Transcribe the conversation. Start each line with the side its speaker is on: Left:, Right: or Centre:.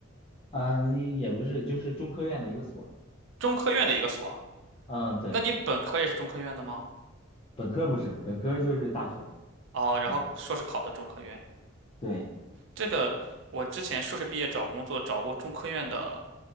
Left: 嗯，也不是，就是中科院的一个所，
Right: 中科院的一个所啊。
Left: 嗯，对，
Right: 那你本科也是中科院的吗？
Left: 本科不是，本科就是大学，
Right: 哦，然后硕士考的中科院。
Left: 嗯，对，
Right: 这个我之前硕士毕业找工作找过中科院的